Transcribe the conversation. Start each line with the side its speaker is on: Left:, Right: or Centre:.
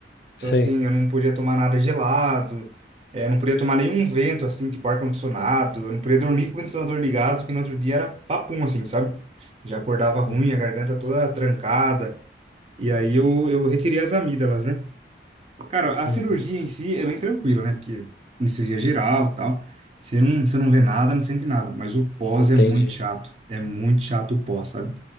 Right: Então,
Left: Sei.
Right: assim, eu não podia tomar nada gelado, é, não podia tomar nenhum vento, assim, tipo ar-condicionado, eu não podia dormir com o ventilador ligado, que no outro dia era papum, assim, sabe? Já acordava ruim,
Left: Hum,
Right: a garganta toda trancada. E aí eu, eu retirei as amígdalas, né? Cara, a
Left: hum,
Right: cirurgia em si é bem tranquila, né? Porque anestesia geral e tal. Você não, você não vê nada, não sente nada. Mas o pós
Left: entendi.
Right: é muito chato. É muito chato o pós, sabe?